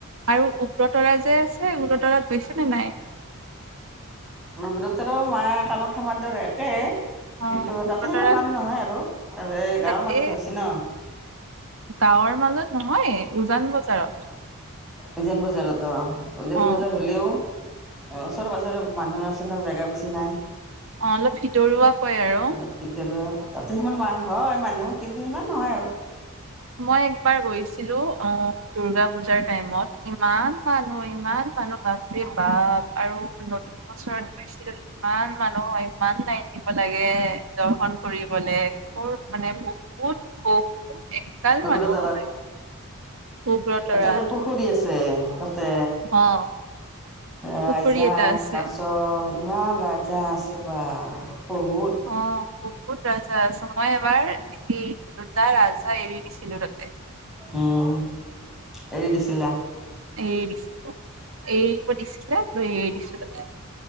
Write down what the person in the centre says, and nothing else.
উব্ৰতৰাত মায়ে কামাখ্যা মন্দিৰৰ একে
কিন্তু
তাতে সিমান মানি নহয় আৰু এ
গাঁৱৰ মাজত হৈছ ন
উজান বজাৰত অ উজান
বজাৰ হ'লেও ওচৰে পাজৰেৰ মানুহ আছে ন জেগা বেছি নাই
অলপ ভিতৰুৱা তাতে সিমান মানুহ হয় মানুহ কিন্তু সিমান নহয় আৰু
কোকোৰাঝাৰত
এটা যে পুখুৰী আছে। তে তাতে
ৰাজা
কাছ ইমান ৰাজহাঁহ আ <unintelligible> বহুত
উম এৰি দিছিলা।